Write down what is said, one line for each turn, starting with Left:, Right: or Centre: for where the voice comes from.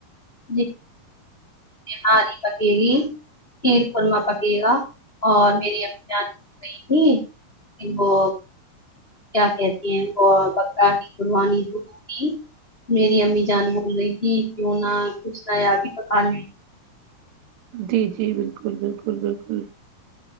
Left: جی نہاری پکے گی شیر قورما پکیے گا اور میری امی جان گئی تھی وہ کیا کہتی ہیں بکرا کی قربانی جو ہوگی میری امی جان بول رہی تھی کیوں نہ کچھ نیا بھی پکالے
Right: جی جی بالکل بالکل بالکل